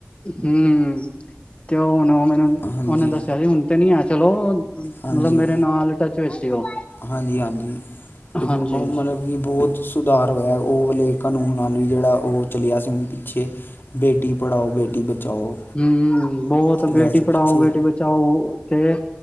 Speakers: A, on the left (about 30°); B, on the left (about 60°).
A: ਹੂ ਤੇ ਉਹ ਹੁਣ ਮੈਨੂੰ
B: ਹਾਂਜੀ
A: ਉਹਨੇ ਦੱਸਿਆ ਸੀ ਹੁਣ ਤੇ ਨੀ ਆ ਚਲੋ। ਮਤਲਬ
B: ਹਾਂਜੀ
A: ਮੇਰੇ ਨਾਲ ਟੱਚ ਵਿਚ ਸੀ ਉਹ।
B: ਹਾਂਜੀ- ਹਾਂਜੀ, ਅਤੇ
A: ਹਾਂਜੀ
B: ਉ ਮਤਲਬ ਕਿ ਬਹੁਤ ਸੁਧਾਰ ਹੋਇਆ ਉਹ ਵੇਲੇ ਕਾਨੂੰਨ ਨਾਲ ਵੀ ਜਿਹੜਾ ਉਹ ਚਲਿਆ ਸੀ ਪਿੱਛੇ ਬੇਟੀ ਪੜ੍ਹਾਓ, ਬੇਟੀ ਬਚਾਓ।
A: ਹੂ ਬਹੁਤ
B: ਚੱਲਿਆ
A: ਬੇਟੀ
B: ਸੀ ਪਿੱਛੇ
A: ਪੜ੍ਹਾਓ, ਬੇਟੀ ਬਚਾਓ ਤੇ